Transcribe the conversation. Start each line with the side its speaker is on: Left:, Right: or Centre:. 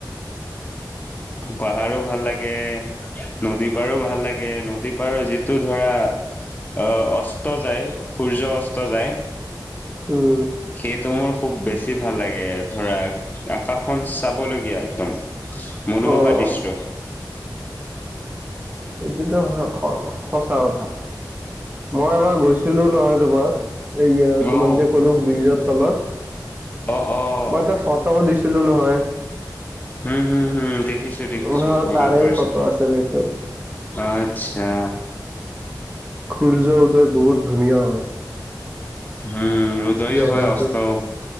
Right: <inaudible>
Left: পাহাৰো ভাল লাগে, নদী পাৰো ভাল লাগে, নদী পাৰৰ যিটো ধৰা অ', অস্ত যায়, সূৰ্য অস্ত যায়।
Right: উম,
Left: সেইটো মোৰ খুব বেছি ভাল লাগে, ধৰা আকাশখন মনোমোহা
Right: অ',
Left: দৃশ্য।
Right: এইটোতো স-সঁচা কথা। মই এবাৰ গৈছিলোঁ নহয়, তোমাৰ এইয়া তোমাক
Left: অ',
Right: যে ক'লো ব্ৰিজৰ তলত।
Left: অ',
Right: মই তাত ফটো দিছিলোঁ নহয়।
Left: হুম, হুম, হুম, দেখিছো দেখিছো
Right: উ,
Left: মনত
Right: তাৰে
Left: পৰিছে।
Right: ফটো আছিলে সেইটো।
Left: আচ্ছা।
Right: সূৰ্য উদয় বহুত ধুনীয়া হয়।
Left: উম, ৰোদয়ো
Right: জেগাটো।
Left: হয় অস্ত ও অচ